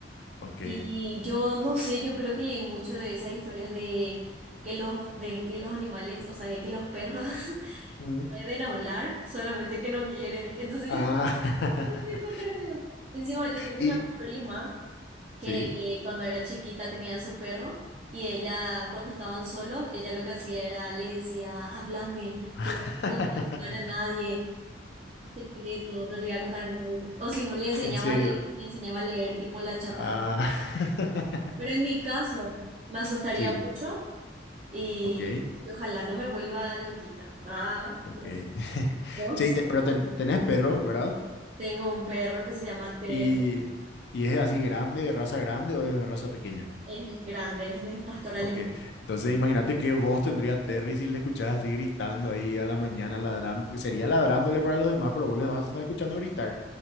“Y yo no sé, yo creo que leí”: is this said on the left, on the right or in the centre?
Right